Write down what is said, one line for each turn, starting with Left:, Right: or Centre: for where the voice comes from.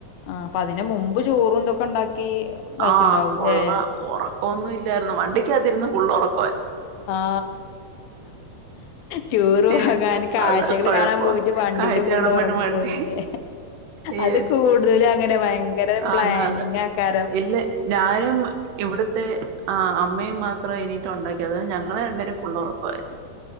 Left: ആ അപ്പൊ അതിനന് മുമ്പ് ചോറും എന്തൊക്കെ ഉണ്ടാക്കി കഴിച്ചിണ്ടാവൂല്ലേ?
Right: ആഹ് കൊള്ള ഉറക്കൊന്നും ഇല്ലായിരുന്നു വണ്ടി ാതിരുരുന്നു ഉുള്ള ഉറം
Left: ആ ടൂർ
Right: ഏഹ്
Left: പോകാന് കാഴ്ചകള്
Right: അതാ കൊഴപ്പം
Left: കാണാൻ പോയിട്ട് വണ്ടിയില്
Right: കാഴ്ച
Left: ഫുള്ള്
Right: കാണാൻ
Left: ഉറങ്ങി
Right: വേണ്ടി വണ്ടി
Left: പോയില്േ
Right: ഏഹ്
Left: അത് കൂടുതലും അങ്ങനെ ഭയങ്കര പ്ലാനിങ്
Right: ആന്നാന്ന്
Left: ആക്കാറ
Right: ഇല്ല ഞാനും ഇവിടത്തെ ആ അമ്മയും മാത് ഇത്ര എണീറ്റ് ഉണ്ടാക്കി അത് ഞങ്ങളെ <unintelligible>